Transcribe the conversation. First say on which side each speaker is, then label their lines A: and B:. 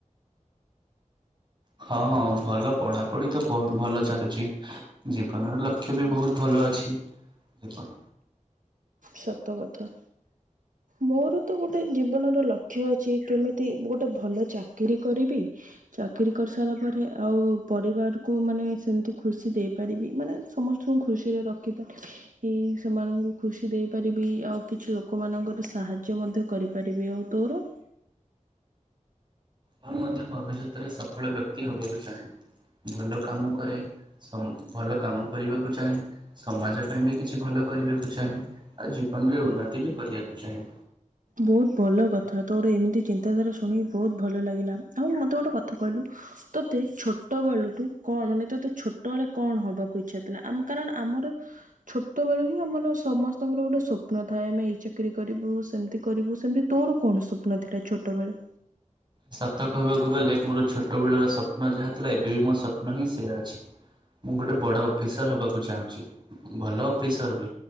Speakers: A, on the right; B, on the right.
A: ହଁ ହଁ ଭଲ ପଢାପଢି ତ ବହୁତ ଭଲ ଚାଲଛି। ଜୀବନର ଲକ୍ଷ୍ୟ ବି ବହୁତ ଭଲ। ଅଛି। ଏପା
B: ସତ କଥା ମୋର ତ ଗୋଟେ ଜୀବନର ଲକ୍ଷ୍ୟ ଅଛି କେମିତି ଗୋଟେ ଭଲ ଚାକିରୀ କରିବି, ଚାକିରୀ କର୍ କରସାରିଲା ପରେ ଆଉ ପରିବାରକୁ ମାନେ ସେମିତି ଖୁସି ଦେଇପାରିବି ମାନେ ସମସ୍ତଙ୍କୁ ଖୁସିରେ ରଖିପାର ଇ ସେମାନଙ୍କୁ ଖୁସି ଦେଇପାରିବି, ଆଉ କିଛି ଲୋକମାନଙ୍କର ସାହାଯ୍ୟ ମଧ୍ୟ କରିପାରିବି, ଆଉ ତୋର?
A: ମୁଁ ମଧ୍ୟ ଭବିଷ୍ୟତରେ ସଫଳ ବ୍ୟକ୍ତି ହବାକୁ ଚାହେଁ। ଭଲ କାମ କରେ, ସ-ଭଲ କାମ କରିବାକୁ ଚାହେଁ, ସମାଜ ପାଇଁ ବି କିଛି ଭଲ କରିବାକୁ ଚାହେଁ ଆଉ ଜୀବନରେ ଉନ୍ନତି ବି କରିବାକୁ ଚାହେଁ।
B: ବହୁତ ଭଲ କଥା
A: ଆଉ
B: ତୋ ଗୋଟେ ଏମିତି ଚିନ୍ତାଧାରା ଶୁଣିିକ ବହୁତ ଭଲ ଲାଗିଲା ଆଉ ମୋତେ ଗୋଟେ କଥା କହିଲୁ ତୋତେ ଛୋଟବେଳୁଠୁ କଣ ମାନେ ତୋତେ ତ ଛୋଟବେଳେ କଣ ହବାକୁ ଇଛା ଥିଲା ଆମ-କାରଣ ଆମର ଛୋଟ ବେଳୁ ହିଁ ଆମର ସମସ୍ତଙ୍କର ଗୋଟେ ସ୍ୱପ୍ନ ଥାଏ ଆମେ ଏଇ ଚାକିରି କରିବୁ ସେମିତି କରିବୁ ସେମତି ତୋର କଣ ସ୍ୱପ୍ନ ଥିଲା ଛୋଟବେଳେ?
A: ସତ କହିବାକୁ ଗଲେ ମୋର ଛୋଟବେଳର ସ୍ୱପ୍ନ ଯାହା ଥିଲା ଏବେ ବି ମୋ ସ୍ୱପ୍ନ ହିଁ ସେୟା ଅଛି। ମୁଁ ଗୋଟେ ବଡ ଅଫିସର ହବାକୁ ଚାହୁଁଛି ଭଲ ଅଫିସର ବି